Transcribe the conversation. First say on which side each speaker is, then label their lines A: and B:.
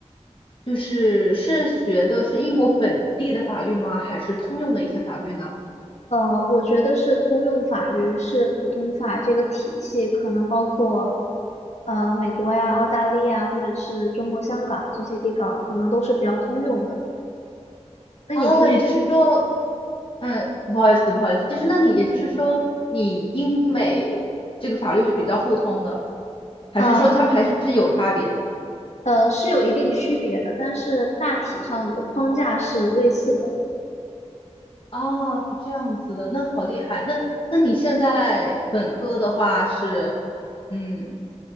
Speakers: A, on the left (about 45°); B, on the left (about 70°).
A: 就是是学的是英国本地的法律吗？还是通用的一些法律呢？
B: 呃，我觉得是通用法律，是普通法这个体系，可能包括呃美国呀、澳大利亚或者是中国香港这些地方，可能都是比较通用的。那你平
A: 哦，也就是说嗯，不好意思，不好意思，就是那你也就是说，你英美这个法律是比较互通的，还是说他们还是其实有差别？
B: 啊呃，是有一定区别的，但是大体上的框架是类似的。
A: 哦，是这样子的，那好厉害。那那你现在本科的话是，嗯，